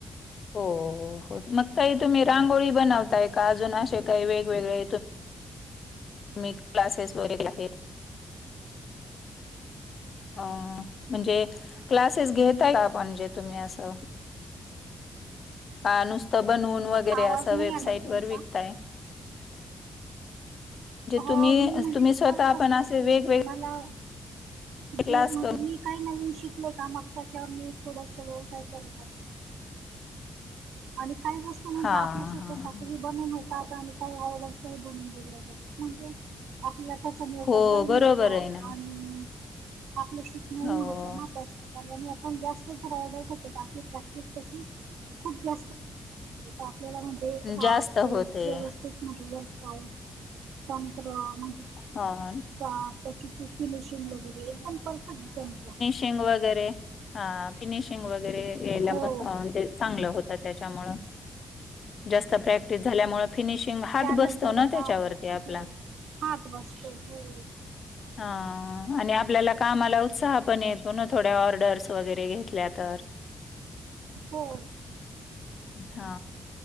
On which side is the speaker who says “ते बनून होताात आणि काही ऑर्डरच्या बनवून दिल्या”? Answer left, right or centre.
Right